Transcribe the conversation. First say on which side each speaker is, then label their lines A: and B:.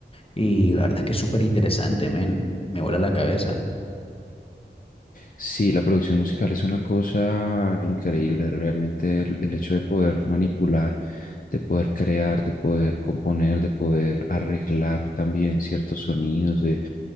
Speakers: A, on the left (about 30°); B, on the left (about 50°).
A: y la verdad es que es súper interesante, men, me vuela la cabeza.
B: Sí, la producción musical es una cosa increíble, realmente el, el hecho de poder manipular, de poder crear, de poder componer, de poder arreglar también ciertos sonidos, de